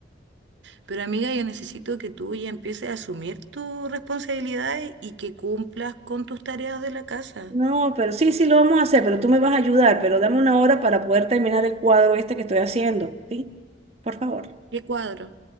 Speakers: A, on the right (about 70°); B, on the right (about 35°).
A: Pero amiga, yo necesito que tú ya empieces a asumir tus responsabilidades y que cumplas con tus tareas de la casa.
B: No, pero sí, sí lo vamos a hacer, pero tú me vas a ayudar, pero dame una hora para poder terminar el cuadro este que estoy haciendo, ¿sí? Por favor.
A: ¿Qué cuadro?